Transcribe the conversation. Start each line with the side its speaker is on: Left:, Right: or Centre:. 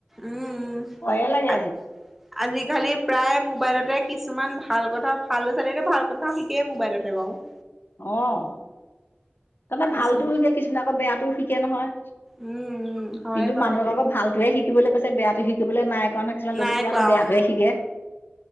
Centre: উম উম
Left: ভয়ে লাগে
Centre: আজিকালি প্ৰায় মোবাইলতে কিছুমান ভাল কথা ভাল লৰা ছোৱালীয়েটো ভাল কথা শিকেই মোবাইলতে বাৰু। <inaudible>
Left: অ তাতে
Centre: কিছুমান
Left: ভালতো শিকে কিছুমানে আকৌ বেয়াটোও শিকে নহয়।
Centre: উম উম হয়
Left: কিন্তু
Centre: বাৰু
Left: মানুহক
Centre: সেইটো
Left: আকৌ ভালটোৱে শিকিবলৈ কৈছে বেয়াটো শিকিবলৈ নাই কোৱা নহয় কিছুমান
Centre: নাই
Left: ল'ৰা ছোৱালীয়ে
Centre: কোৱা
Left: আকৌ বেয়াটোহে
Centre: অ।
Left: শিকে।